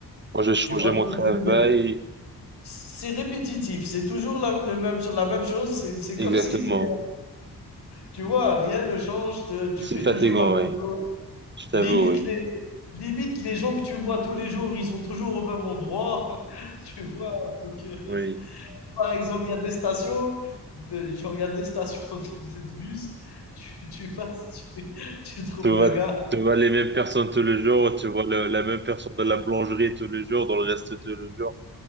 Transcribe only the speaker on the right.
Moi, j'ai changé
mon travail.
Exactement.
C'est
fatigant,
oui.
Je t'avoue,
oui.
Oui.
Tu vois,
tu vois les mêmes personnes tous les jours, tu vois le- la même personne dans la boulangerie tous les jours, dans le resto tous les jours.